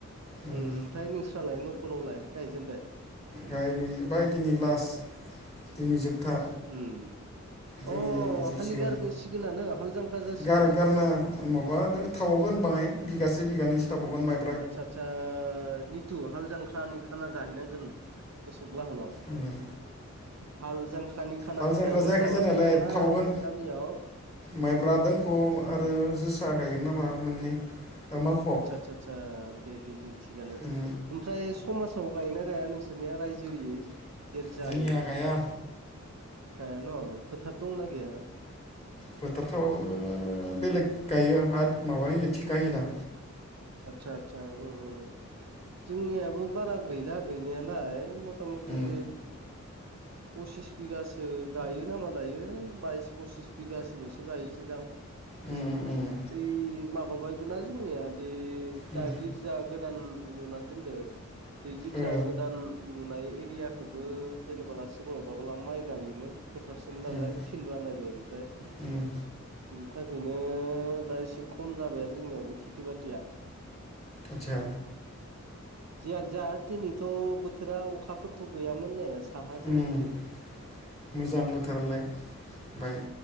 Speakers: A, on the left; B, on the right.
A: उम
B: ओमफ्राय नोंस्रालाय न'खरावलाय गायजेनबाय
A: गायबाय दिनै लास्ट दिनै जोबथा।
B: उम
A: दिनै
B: अ
A: जोबसिगोन
B: हालि गारबोसिगोनानो हाल जांख्रा जासिगोन
A: <unintelligible> गार गारना ओ माबा दो थाबावगोन बाहाय बिगासे बिगानैसो थाबावगोन माइ
B: आदसा आदसा निथु हाल जांख्रानि खाना जाहैनांगोन असक लाहानाव
A: उम
B: हाल जांख्रानि खानाखो
A: हाल जांख्रा
B: जायोना
A: जायाखै
B: जालाथाय
A: जानायालाय
B: दाना
A: थाबावगोन
B: नोंसोर गामियाव
A: माइब्रा दोखौ आरो जोसा गायगोन नामा मोननै मालफब
B: आदसा आदसा आसा दे दे दे थिगानो
A: उम
B: ओमफ्राय समाजाव गायोना गाया नोंसो सोरनिया रायजोयै गिर्जायै
A: जोंनिया गाया
B: गायान' फोथार दंना गैया?
A: फोथार थाबाबो बेलेग गायो हाद माबा होयो थिखा होयो दा
B: आतसा आतसा उम उम जोंनियाबो बारा गैला गैनायालाय मटा मटि
A: उम
B: पसिस बिगासो गायो नामा दायो बाइस पसिस बिगासोल'सो गायोसैदां
A: उम उम
B: ओइ माबाबायबो ना जोंनिया बे
A: उम
B: दा गिर्जा गोदान लुना दोनदों बे गिर्जा
A: ओ
B: गोदान नुनाय एरियाखौबो जेनेबाला सिगाङावबाबोला माइ गायोमोन। फोथारसोमोन नालाय
A: उम
B: फिल्ड बानायबाय ओमफ्राय
A: उम
B: बिनि थाखायनो दा एसे खम जाबाय आरो जोंनियावबो खेथि बाथिया
A: आतसा
B: जेयानो जा दिनैथ' बोथोरा अखाफोरथ' गैयामोन ने साहा जोंनिथिं
A: उम मोजां बोथोरलाय बाइ